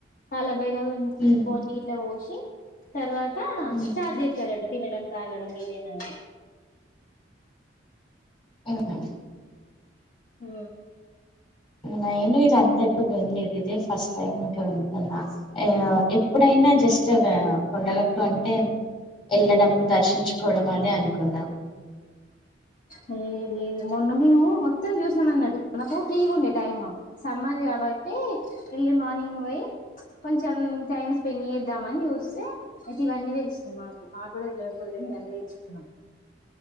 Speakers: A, on the left (about 45°); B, on the left (about 30°).
A: తళ్ళ భైరవ ఇకి
B: ఉమ్
A: కోని ఇట్లా పోసి తర్వాత
B: ఉమ్
A: స్టార్ట్ చేస్తారట తినడం తాగడం ఇదేనాంట
B: ఓహా
A: హ
B: నేను ఇద అంతా ఎప్పుడు వినలేదు ఇదే ఫస్ట్ టైమ్ ఇంకా వితుున్నా ఇప్పుడైనా జస్ట్ కొండగట్టు అంటే వెళ్ళడం దర్శించుకోవడం అని అనుకున్నా
A: లే లేదు మొన్న మేము మొత్తం చూసినాం అన్నట్టు మాకు ఫ్రీగా ఉండే టైం సమ్మర్ కాబట్టి ఎర్లీ మార్నింగ్ పోయి కొంచెం టైం స్పెండ్ చేద్దామని చూస్తే అయితే ఇవన్నీ తెల్సినీ మాకు మా కూడా తెలవకపోదు ఇవన్నీ దేల్స్కునామ్